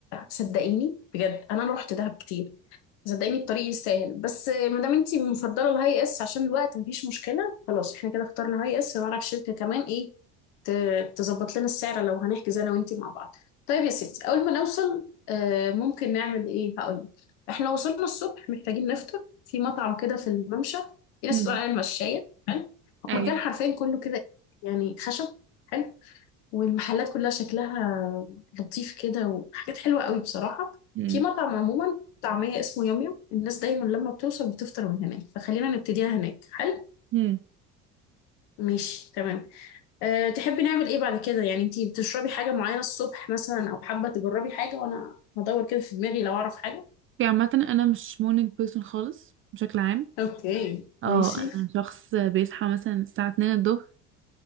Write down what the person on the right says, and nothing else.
امم
ايوه
امم
امم
في عامه انا مش مورنينج بيرسون خالص بشكل عام
اه
انا شخص بيصحى مثلا الساعة 2 الظهر